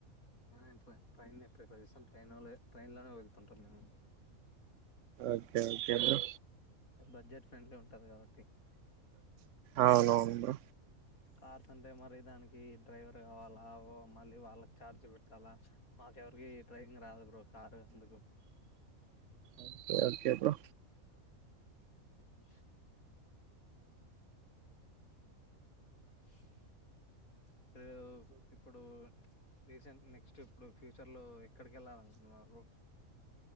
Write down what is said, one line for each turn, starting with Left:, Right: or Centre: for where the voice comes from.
Left: ఎంత పైన ట్రైన్ ఎక్కుతా ప్రతి సంవత్సరం ట్రైనులో ట్రెన్లో ఉంటాం మేమ్
Right: okay okay bro
Left: budget friendly కాబట్టి
Right: అవునౌను బ్రో
Left: కార్స్ అంటే మరి దానికి డ్రైవర్ కావాలా మళ్ళీ వాళ్ళకి ఛార్జ్ పెట్టాలా మాకెవరికి డ్రైవింగ్ రాదు బ్రో కారు అందుకు
Right: ఓకే ఓకే బ్రో
Left: ఉ <inaudible> ఎవ్వ్వ్ ఇప్పుడు రీసెంట్ నెక్స్ట్ ఇప్పుడు ఫ్యూచర్ లో ఎక్కడికి వెళ్ళాలినుకుంటున్నారు బ్రో